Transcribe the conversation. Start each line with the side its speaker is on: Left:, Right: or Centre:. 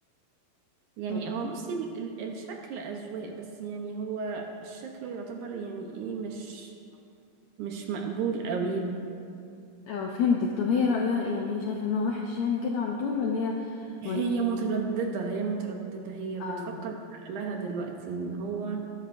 Right: يعني
Left: طيب
Right: هو بصي ال ال الشكل أذواق بس يعني هو شكله يعتبر يعني ايه مش مش مقبول قوي
Left: اه فهمتك طب هي رأيها ايه يعني هي شايفه انه وحش يعني كده على طول ولا هي
Right: هي
Left: ولا
Right: مترددة هي مترددة هي
Left: اه
Right: بتفكر لها دلوقتي ان هو